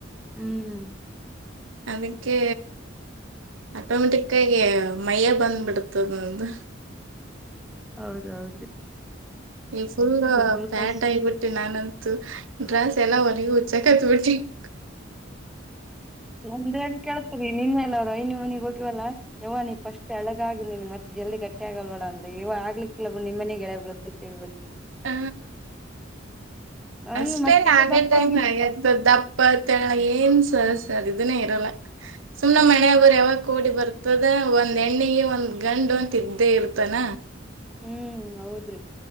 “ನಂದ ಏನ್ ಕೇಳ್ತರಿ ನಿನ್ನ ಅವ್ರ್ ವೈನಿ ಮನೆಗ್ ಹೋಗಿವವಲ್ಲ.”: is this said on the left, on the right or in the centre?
Centre